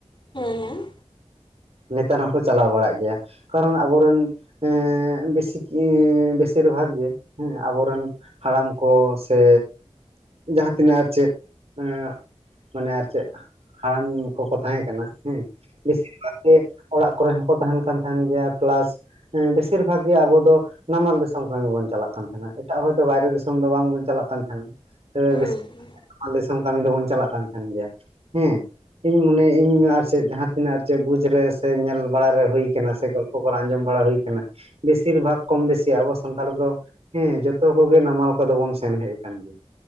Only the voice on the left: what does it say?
ᱦᱮᱸ ᱦᱮᱸ,
ᱦᱩᱸ